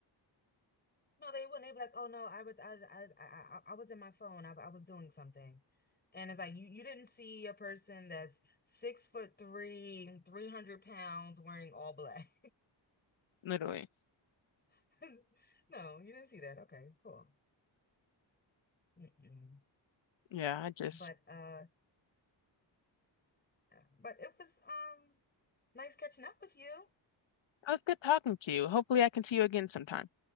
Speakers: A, on the left; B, on the left.
A: no, they wouldn't. They'd be like, "Oh no, I was, I, I, I, I I was in my phone. I, I was doing something." And it's like you, you didn't see a person that's six foot three, 300 pounds, wearing all black.
B: Literally.
A: <laughs> No, you didn't see that. Okay, cool. Mm-mm.
B: Yeah, I just
A: But uh, but it was um nice catching up with you.
B: It was good talking to you. Hopefully, I can see you again sometime.